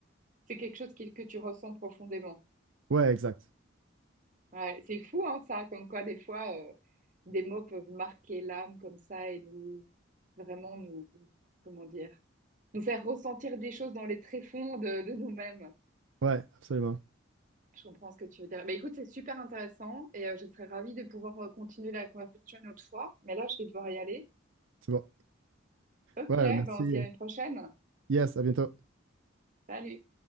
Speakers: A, on the right; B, on the right.
A: C'est quelque chose qui- que tu ressens profondément.
B: Ouais, exact.
A: Ouais, c'est fou, hein, ça, comme quoi des fois, euh, des mots peuvent marquer l'âme comme ça et nous, vraiment nous, comment dire, nous faire ressentir des choses dans les tréfonds de, de nous-mêmes.
B: Ouais, absolument.
A: Je comprends ce que tu veux dire. Bah, écoute, c'est super intéressant et euh, je serais ravie de pouvoir euh, continuer la conversation une autre fois. Mais là, je vais devoir y aller.
B: C'est bon.
A: Ok,
B: Ouais,
A: ben
B: merci.
A: on se dit à une prochaine.
B: Yes, à bientôt.
A: Salut!